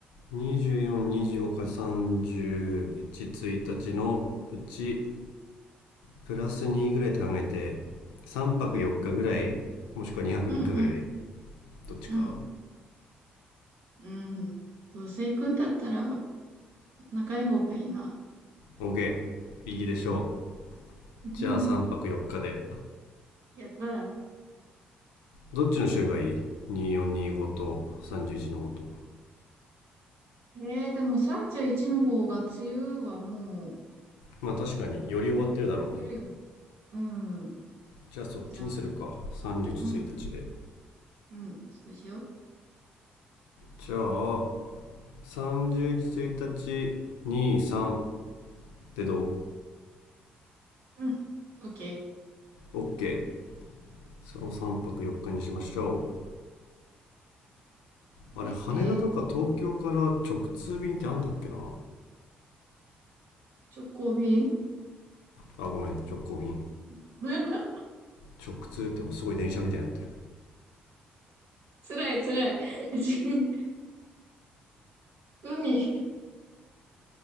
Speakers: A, on the left (about 85°); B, on the right (about 70°).
A: 2425から311日のうちプラス2ぐらいって考えて3泊4日ぐらいもしくは2泊3日ぐらい
B: うん。うん、うん、
A: どっちか
B: うん。うん。どうせ行くんだったら、長い方がいいな。
A: OK いいでしょ
B: うん。
A: うじゃあ3泊4日で
B: やった。
A: どっちの週がいい2425と31の方と
B: えー、でも31の方が、梅雨はもう、
A: まあ確かにより終わってるだろうね
B: 明けてるよね。うん。
A: じゃあそっちにするか311日で
B: じゃあ、うん、うん、そうしよ
A: じゃあ311日23でど
B: う。うん。オッケ
A: う ?OK その3泊4日にしましょうあれ羽田とか東京から直通便ってあんだっけな
B: ー。え、えー、直行便
A: あごめん直行便
B: <laughs>
A: 直通ってもうすごい電車みたいになってる
B: 辛い、辛い。<laughs> 海、